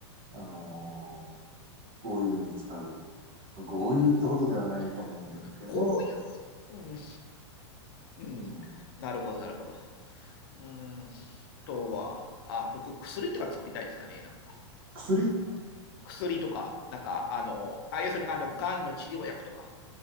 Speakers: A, on the right; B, on the left.
A: あの、豪遊に使う。豪遊ってほどではないと思うけど、
B: うん。うんこういう、うん。うん。
A: うん、
B: なるほど、なるほど。うーん。あとは、あ、僕、薬とか作りたいですかね、なんか。
A: 薬
B: 薬とか、なんか、あの、あ、要するに、あの、がんの治療薬とか